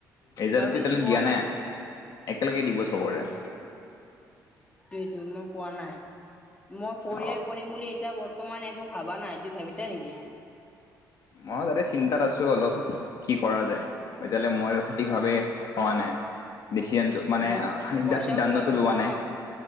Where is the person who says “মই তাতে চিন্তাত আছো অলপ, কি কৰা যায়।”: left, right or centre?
Left